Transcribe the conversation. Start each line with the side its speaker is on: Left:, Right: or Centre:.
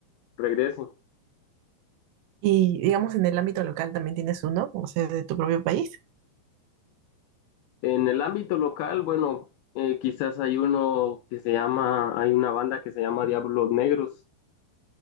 Left: regrese.
Right: Y digamos, en el ámbito local también tienes uno, o sea, de tu propio país.
Left: En el ámbito local, bueno, eh, quizás hay uno que se llama, hay una banda que se llama Diablos Negros,